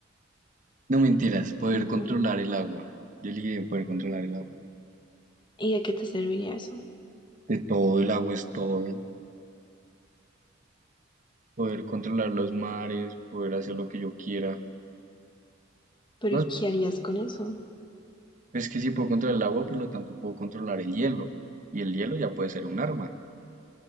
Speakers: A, on the right; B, on the left.
A: No mentiras, poder
B: Mm,
A: controlar el agua. Yo elegiría poder controlar el agua.
B: ¿Y de qué te serviría eso?
A: de todo, el agua es todo, poder controlar los mares, poder hacer lo que yo quiera.
B: Pero
A: No,
B: ¿y qué harías con eso?
A: es que si puedo controlar el agua, por lo tanto puedo controlar el hielo, y el hielo ya puede ser un arma